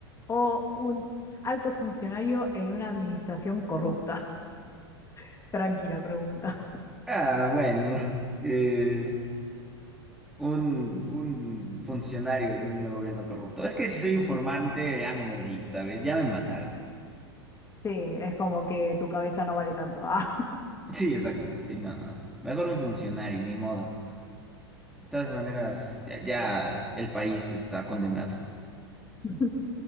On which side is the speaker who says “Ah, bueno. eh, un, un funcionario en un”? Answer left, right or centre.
Centre